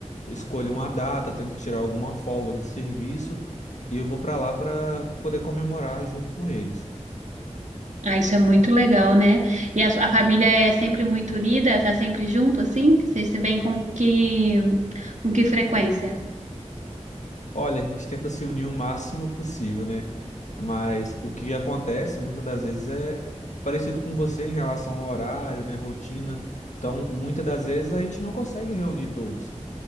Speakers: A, on the left; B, on the right.
A: escolho uma data, tento tirar alguma folga do serviço e eu vou para lá para poder comemorar junto com eles.
B: Ah, isso é muito legal, né? E a, a família é sempre muito unida, tá sempre junto, assim? Vocês se veem com que, com que frequência?
A: Olha, a gente tenta se unir o máximo possível, né? Mas o que acontece muitas das vezes é parecido com você em relação ao horário, né, rotina. Então, muitas das vezes a gente não consegue reunir todos.